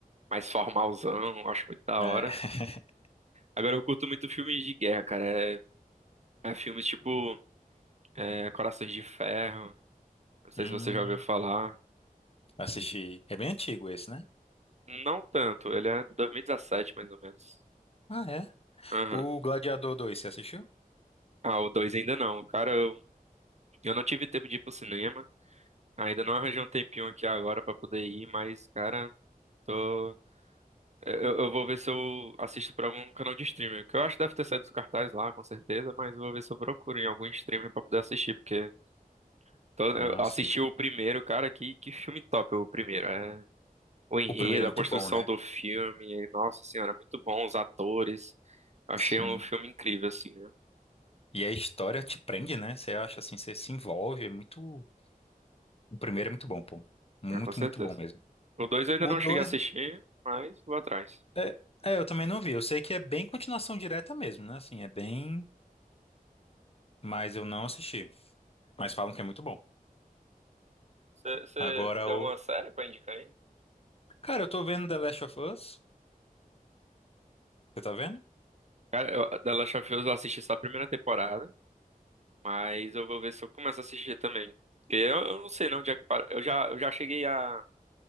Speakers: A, on the right; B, on the left.
A: mais formalzão, eu acho muito da
B: É.
A: hora.
B: <laughs>
A: Agora eu curto muito filmes de guerra, cara. É, é filmes tipo é, Corações de Ferro. Não sei
B: Hum,
A: se você já ouviu falar.
B: assisti. É bem antigo esse, né?
A: Não tanto, ele é de 2017, mais ou menos.
B: Ah, é.
A: Aham.
B: O Gladiador 2, você assistiu?
A: Ah, o 2 ainda não. Cara, eu, eu não tive tempo de ir pro cinema. Ainda não arranjei um tempinho aqui agora pra poder ir, mas, cara, tô. é, Eu, eu vou ver se eu assisto por algum canal de streaming. Que eu acho que deve ter saído dos cartazes lá, com certeza, mas eu vou ver se eu procuro em algum streamer pra poder assistir, porque. Então,
B: Ah,
A: eu assisti
B: sim.
A: o primeiro, cara, que, que filme top o primeiro. É, o enredo,
B: O primeiro é
A: a
B: muito
A: construção
B: bom, né?
A: do filme, nossa senhora, muito bom, os atores. Eu achei
B: Sim.
A: um filme incrível, assim, né?
B: E a história te prende, né? Você acha assim, você se envolve, é muito. O primeiro é muito bom, pô. Muito,
A: É, Com certeza.
B: muito bom mesmo.
A: O dois eu ainda
B: O
A: não
B: dois
A: cheguei a assistir, mas vou atrás.
B: É, é, eu também não vi. Eu sei que é bem continuação direta mesmo, né? Assim, é bem. Mas eu não assisti. Mas falam que é muito bom.
A: Você
B: Agora
A: tem
B: o.
A: alguma série pra indicar aí?
B: Cara, eu tô vendo The Last of Us. Você tá vendo?
A: Cara, eu, The Last of Us eu assisti só a primeira temporada, mas eu vou ver se eu começo a assistir também. Porque eu, eu não sei não onde é que para. Eu já, eu já cheguei a,